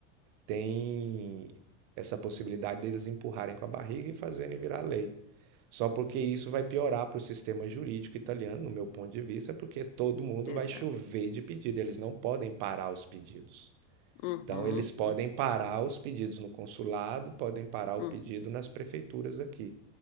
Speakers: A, on the right; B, on the left.
A: tem essa possibilidade deles empurrarem com a barriga e fazerem virar lei. Só porque isso vai piorar para o sistema jurídico italiano, no meu ponto de vista, porque todo mundo
B: exato.
A: vai chover de pedido, eles não podem parar os pedidos.
B: Uhum,
A: Então, eles podem
B: uhum,
A: parar os pedidos no consulado, podem parar o
B: uhum,
A: pedido nas prefeituras aqui.